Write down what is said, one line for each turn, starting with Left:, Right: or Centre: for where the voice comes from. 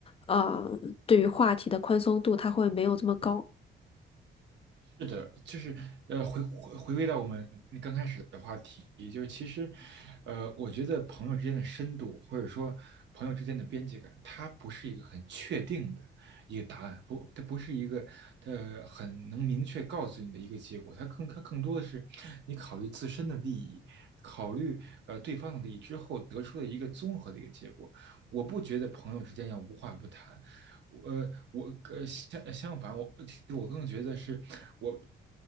Left: 呃，对于话题的宽松度他会没有这么高。
Right: 是的，就是呃，回回回归到我们刚开始的话题，就是其实，呃，我觉得朋友之间的深度，或者说朋友之间的边界感，它不是一个很确定的一个答案，不，它不是一个呃很能明确告诉你的一个结果，它更它更多的是你考虑自身的利益，考虑呃对方的利益之后得出的一个综合的一个结果。我不觉得朋友之间要无话不谈，我我呃相相反，我其实我更觉得是我